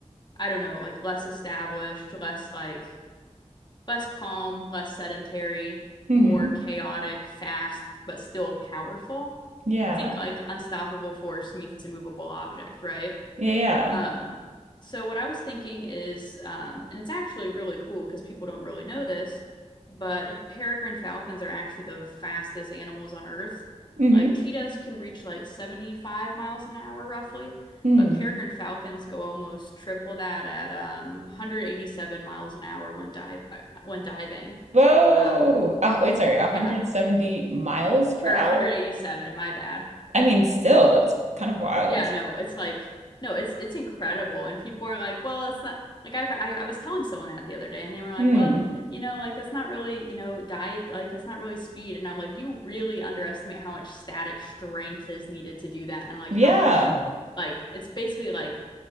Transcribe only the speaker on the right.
Mm-hmm.
Yeah.
Yeah, yeah.
Mm-hmm.
Mm.
Whoa.
Uh, wait, sorry, 170
miles per
hour?
I mean, still, that's kind of wild.
Hmm.
Yeah.